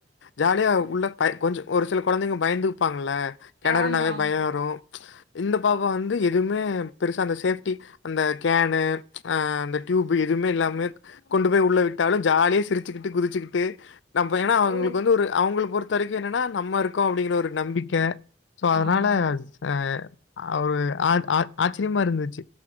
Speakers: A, on the left; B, on the right.
A: ஜாலியா உள்ள ப கொஞ்சோ ஒரு செல கொழந்தைங்க பயந்துப்பாங்கல்ல கெணறுனாவே
B: ஆமா, ஆமா.
A: பயோ வரு இந்த பாப்பா வந் வந்து எதுவுமே பெருசா அந்த சேஃப்டி அந்த கேனு ஆ அந்த டியூப்பு எ எதுவுமே இல்லாம கொண்டு போய் உள்ள விட்டாலும் ஜாலியா சிரிச்சுக்கிட்டு குதிச்சுக்கிட்டு நம்ப ஏனா அவங்ளுக்கு
B: ஓ!
A: வந்து ஒரு அவங்கள பொறுத்த வரைக்கு என்னன்னா நம்ம இருக்கோ அப்டிங்கிற ஒரு நம்பிக்க சோ அதனால
B: ஆமாங்க.
A: அ அஒரு ஆ ஆ ஆச்சரியமா இருந்துச்சி